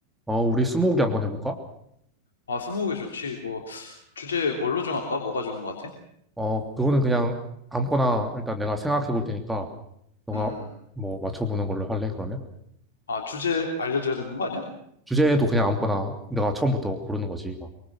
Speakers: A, in the centre; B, on the left (about 65°).
A: 어, 우리 스무고개 한번 해볼까?
B: 아, 스무고개 좋지. 뭐, 주제 뭘로 정할까? 뭐가 좋은 것 같아?
A: 어, 그거는 그냥 아무거나 일단 내가 생각해 볼 테니까 너가
B: 음, 음.
A: 뭐 맞춰보는 걸로 할래, 그러면?
B: 아, 주제 알려줘야 되는 거 아니야?
A: 주제도 그냥 아무거나 내가 처음부터 고르는 거지. 막,